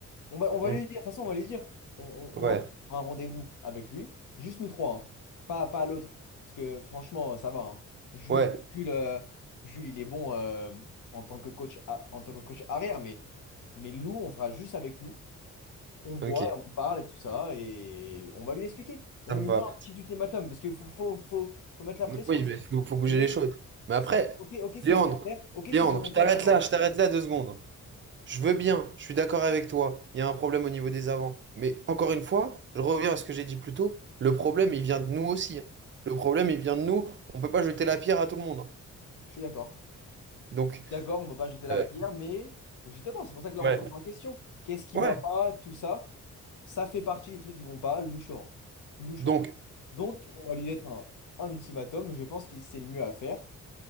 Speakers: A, on the left; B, on the right.
A: On va, on va
B: Mm.
A: lui dire, de toute façon, on va lui dire. On, on-
B: Ouais,
A: on va faire un rendez-vous avec lui, juste nous trois, hein. Pas, pas l'autre. Parce que franchement, ça va. hein. Jules,
B: ouais,
A: Jules, euh, Jules, il est bon euh, en tant que coach, a- en tant que coach arrière, mais, mais Lou, on fera juste avec Lou. On voit,
B: ok,
A: on parle et tout ça, et on va lui expliquer. On
B: ça
A: lui
B: me va.
A: met un petit ultimatum, parce qu'il faut, faut, faut, faut mettre la pression
B: Oui,
A: aussi.
B: mais faut, faut bouger
A: Les mecs,
B: les choses. Mais après,
A: c'est- c'est- ok, ok, c'est
B: Léandre,
A: volontaire. Ok,
B: Léandre,
A: c'est volontaire.
B: je t'arrête
A: Attends,
B: là, je t'arrête là deux secondes. Je veux bien, je suis d'accord avec toi, il y a un problème au niveau des avants. Mais encore une fois, je reviens à ce que j'ai dit plus tôt, le problème, il vient de nous aussi. hein. Le problème, il vient de nous, on ne peut pas jeter la pierre à tout le monde. hein.
A: je suis d'accord.
B: Donc,
A: D'accord, on peut pas jeter la
B: Euh,
A: pierre, mais justement, c'est pour ça que là,
B: ouais,
A: on se remet en question. Qu'est-ce qui
B: ouais.
A: va pas, tout ça, ça fait partie des trucs qui vont pas, louchoran. Louchoran.
B: Donc,
A: Donc, on va lui mettre un, un ultimatum, je pense que c'est le mieux à faire.